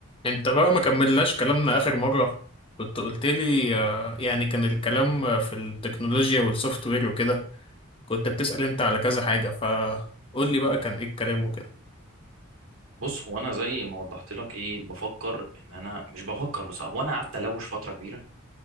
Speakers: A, on the left; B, on the right.
A: انت بقى ما كملناش كلامنا اخر مرة كنت قلت لي آه، يعني كان الكلام آه، في التكنولوجيا والسوفت وير وكده كنت بتسأل انت على كذا حاجة فقول لي بقى كان ايه الكلام وكده
B: بص هو انا زي ما وضحت لك ايه بفكر ان انا مش بفكر بس هو انا قعدت الوش فتره كبيره